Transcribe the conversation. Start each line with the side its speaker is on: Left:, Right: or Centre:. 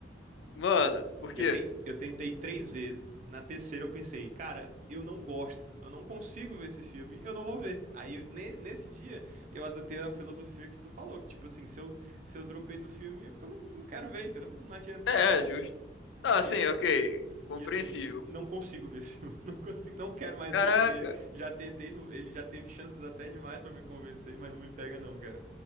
Left: Mano, por
Right: Eu,
Left: quê?
Right: ten- eu tentei três vezes. Na terceira eu pensei, cara, eu não gosto, eu não consigo ver esse filme, eu não vou ver. Aí, eu- ne- nesse dia, eu adotei a filosofia que tu falou, que tipo assim, se eu, se eu dropei do filme é porque eu não, não quero ver, entendeu? Não adianta,
Left: É,
Right: entendeu?
Left: é justo. Não,
Right: E
Left: assim,
Right: assim,
Left: ok, compreensível.
Right: e assim, não consigo ver esse filme, <laughs> não consigo, não quero mais
Left: Caraca,
Right: ver, porque já tentei, não- ele já teve chances até demais pra me convencer, mas não me pega não, cara.